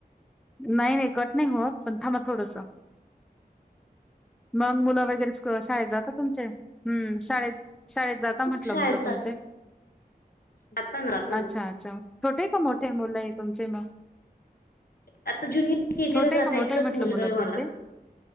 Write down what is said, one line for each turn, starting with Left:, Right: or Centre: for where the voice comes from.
Centre: नाय नाय कट नाय होत पण थांबा थोडस. मग मुलं वगैरे स्क शाळेत जातात तुमचे हम्म शाळेत... शाळेत जाता म्हंटलं
Left: शाळेत
Centre: मुलं
Left: जात
Centre: तुमचे?
Left: जाताना जाताना
Centre: अच्छां अच्छां छोटे का मोठे मुले तुमचे म?
Left: आता ज्युनियर के
Centre: छोटे
Left: जी ला जाता
Centre: का
Left: एकच
Centre: मोठेय म्हंटलं
Left: मुलगा
Centre: मुलं
Left: आहे मला
Centre: तुमचे?